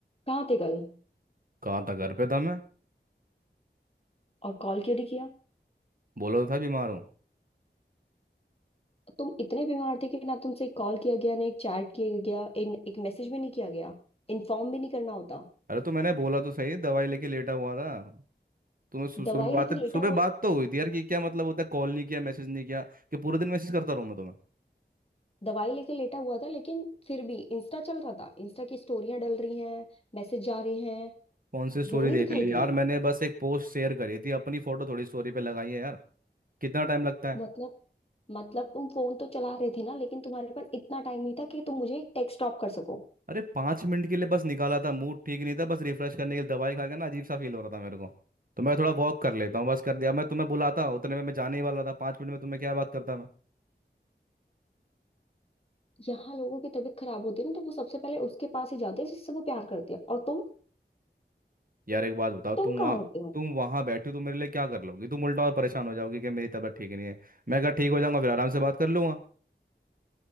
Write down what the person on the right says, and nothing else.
कहाँ था घर पे था मैं
बोला तो था बीमार हूँ
अरे तो मैंने बोला तो सही दवाई लेके लेटा हुआ था तुम्हें सु, सुबह
बात
सुबह
बात तो हुई थी यार कि क्या मतलब होता है कॉल नहीं किया मैसेज नहीं किया कि पूरे दिन मैसेज करता रहूँ मैं तुम्हें
कौन सी स्टोरी
देख
ली यार
मैंने बस एक पोस्ट शेयर करी थी अपनी फोटो थोड़ी स्टोरी पे लगाई है यार कितना टाइम लगता है
अरे पाँच मिनट के लिए बस निकाला था मूड ठीक नहीं था बस रिफ्रेश करने के लिए दवाई खा के ना अजीब सा फील हो रहा था मेरे को तो मैं थोड़ा वॉक कर लेता हूँ बस कर दिया मैं तुम्हें बुलाता उतने में मैं जाने ही वाला था पाँच मिनट में तुम्हें क्या बात करता मैं
यार एक बात बताओ तुम
वहाँ
तुम वहाँ बैठे हो तो मेरे लिए क्या कर लोगी तुम उल्टा और परेशान हो जाओगी कि मेरी तबीयत ठीक नहीं है मैं कहा ठीक हो जाऊंगा फिर आराम से बात कर लूंगा